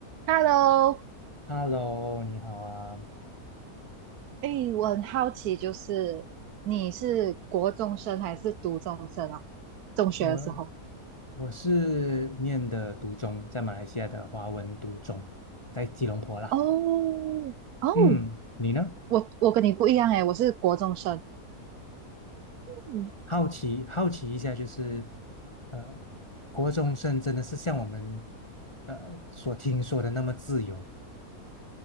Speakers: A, on the right; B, on the left.
A: Hello，
B: Hello，你好啊，
A: 哎，我很好奇，就是你是国中生还是读中生啊？中学的时候？
B: 我我是念的读中，在马来西亚的华文读中，在吉隆坡啦。
A: 哦哦，
B: 嗯，你呢？
A: 我我跟你不一样哎，我是国中生。嗯，
B: 好奇好奇一下，就是呃，国中生真的是像我们呃所听说的那么自由？